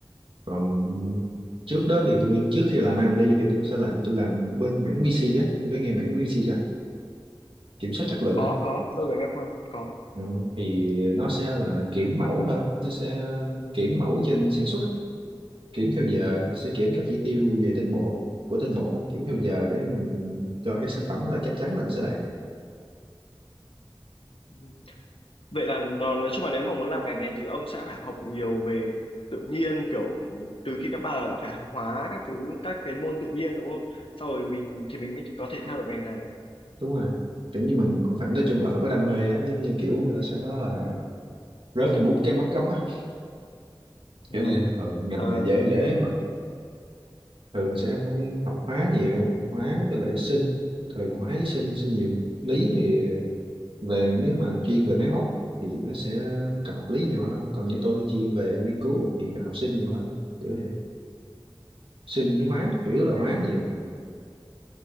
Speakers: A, on the right (about 75°); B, on the left (about 80°).
A: còn trước đó thì tôi trước khi làm AMD thì tôi sẽ làm tôi làm bên mảng QC á ông có nghe mảng QC chưa kiểm soát chất lượng
B: Có
A: á
B: có, tôi có nghe qua, có.
A: ừ. thì nó sẽ là kiểm mẫu thôi nó sẽ kiểm mẫu trên sản xuất á. kiểm theo giờ sẽ kiểm các chỉ tiêu về tinh bột của tinh bột á. kiểm theo giờ để mình cho cái sản phẩm là chắc chắn là nó sẽ đạt
B: Ừ. Vậy là nó, nói chung là nếu mà muốn làm ngành này thì ông sẽ phải học nhiều về tự nhiên kiểu từ khi cấp ba là đã phải học hóa các thứ các cái môn tự nhiên đúng không? Sau rồi mình thì mình mới có thể theo được ngành này.
A: đúng rồi kiểu như mình cũng phải nói chung là phải có đam mê á giống như kiểu người ta sẽ nói là rớt cái bút cái mất gốc á
B: <laughs>
A: kiểu như thường ngành
B: Ờ,
A: này dễ dễ mà thường sẽ phải học hóa nhiều hóa với lại sinh thường hóa với sinh sẽ nhiều lý thì về nếu mà chuyên về máy móc thì nó sẽ cần học lý nhiều hơn còn như tôi chuyên về nghiên cứu thì cần học sinh nhiều hơn kiểu vậy sinh với
B: ừ,
A: hóa chủ yếu
B: ok.
A: là hóa nhiều